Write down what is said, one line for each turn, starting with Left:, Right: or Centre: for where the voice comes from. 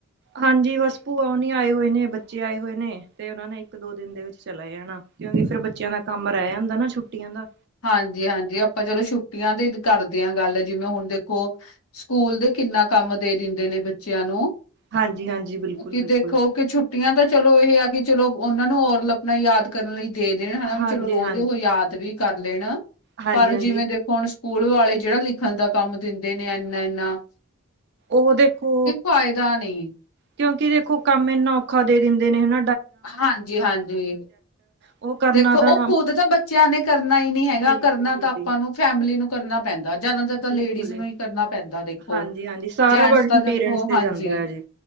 Right: ਹਾਂਜੀ, ਬਸ ਭੂਆ ਹੁਨੀ ਆਏ ਹੋਏ ਨੇ, ਬੱਚੇ ਆਏ ਹੋਏ ਨੇ, ਤੇ ਉਹਨਾ ਨੇ ਇੱਕ-ਦੋ ਦਿਨ ਦੇ ਵਿੱਚ ਚਲੇ ਜਾਣਾਂ, ਕਿਉਂਕਿ ਫਿਰ ਬੱਚਿਆਂ ਦਾ ਕੰਮ ਰਹਿ ਜਾਂਦਾ ਨਾ ਛੁੱਟੀਆਂ ਦਾ।
Left: ਹਾਂਜੀ-ਹਾਂਜੀ, ਆਪਾਂ ਚਲੋ ਛੁੱਟੀਆਂ ਤੇ ਈ ਕਰਦੇ ਆਂ ਗੱਲ, ਜਿਵੇਂ ਹੁਣ ਦੇਖੋ ਸਕੂਲ ਦੇ ਕਿੰਨਾ ਕੰਮ ਦੇ ਦਿੰਦੇ ਨੇ, ਬੱਚਿਆਂ ਨੂੰ।
Right: ਹਾਂਜੀ-ਹਾਂਜੀ, ਬਿਲਕੁਲ-ਬਿਲਕੁਲ,
Left: ਕੀ ਦੇਖੋ, ਕਿ ਛੁੱਟੀਆਂ ਤਾਂ ਚਲੋ ਇਹ ਆ ਕਿ, ਚਲੋ ਉਹਨਾ ਨੂੰ ਓਰਲ ਆਪਣਾ ਯਾਦ ਕਰਨ ਲਈ ਦੇ ਦੇਣ ਹਣਾ, ਵੀ
Right: ਹਾਂਜੀ-ਹਾਂਜੀ,
Left: ਚਲੋ ਰੋਜ਼ ਉਹ ਯਾਦ ਵੀ ਕਰ ਲੈਣ
Right: ਹਾਂਜੀ-ਹਾਂਜੀ।
Left: ਪਰ, ਜਿਵੇਂ ਦੇਖੋ ਹੁਣ ਸਕੂਲ ਵਾਲੇ, ਜਿਹੜਾ ਲਿਖਣ ਦਾ ਕੰਮ ਦਿੰਦੇ ਨੇ ਐਨਾ-ਐਨਾ
Right: ਉਹ ਦੇਖੋ
Left: ਫਾਇਦਾ ਨਹੀਂ।
Right: ਕਿਉਂਕਿ ਦੇਖੋ ਕੰਮ ਇੰਨਾ ਔਖਾ ਦੇ ਦਿੰਦੇ ਨੇ ਹਨ।
Left: ਹਾਂਜੀ ਹਾਂਜੀ।
Right: ਉਹ ਕਰਨਾ
Left: ਦੇਖੋ
Right: ਤਾਂ
Left: ਉਹ ਖੁਦ ਤਾਂ ਬੱਚਿਆਂ ਨੇ ਕਰਨਾ ਹੀ ਨੀ ਹੈਗਾ
Right: ਬਿਲਕੁਲ-ਬਿਲਕੁਲ,
Left: ਕਰਨਾ ਤਾਂ ਆਪਾਂ ਨੂੰ ਫੈਮਿਲੀ ਨੂੰ ਕਰਨਾ ਪੈਂਦਾ ਜਿਆਦਾਤਰ ਤਾਂ
Right: ਬਿਲਕੁਲ
Left: ਲੇਡੀਜ਼ ਨੂੰ
Right: ਈ
Left: ਹੀ ਕਰਨਾ ਪੈਂਦਾ ਦੇਖੋ
Right: ਹਾਂਜੀ-ਹਾਂਜੀ ਸਾਰਾ
Left: ਜੈਂਟਸ
Right: ਬਰਡਨ
Left: ਤਾਂ। ਦੇਖੋ
Right: ਪੇਰੈਂਟਸ ਤੇ
Left: ਹਾਂਜੀ
Right: ਜਾਂਦਾ ਹੈ ਜੀ।